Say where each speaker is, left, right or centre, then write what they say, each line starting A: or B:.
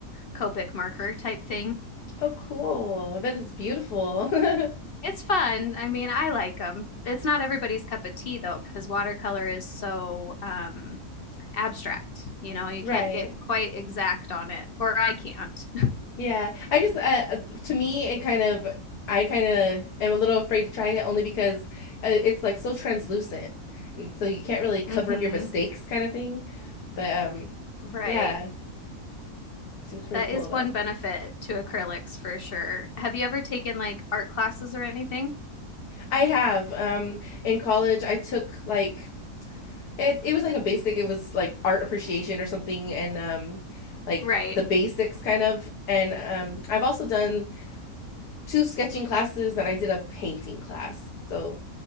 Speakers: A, on the left; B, on the left.
A: Copic marker type thing.
B: Oh, cool. I bet it's beautiful. <laughs>
A: It's fun. I mean, I like them. It's not everybody's cup of tea though, because watercolor is so um abstract. You know, you
B: Right.
A: can't get quite exact on it, or I can't.
B: Yeah. I just uh, to me it kind of I kind of am a little afraid to try it only because uh, it's like so translucent. And so you can't really cover
A: <laughs> hmm
B: up your mistakes kind of thing. But um
A: Right.
B: yeah, seems pretty
A: That
B: cool
A: is
B: though.
A: one benefit to acrylics for sure. Have you ever taken like art classes or anything?
B: I have. Um, in college, I took like it, it was like a basic. It was like art appreciation or something, and um, like
A: Right.
B: the basics kind of. And um, I've also done two sketching classes, and I did a painting class. So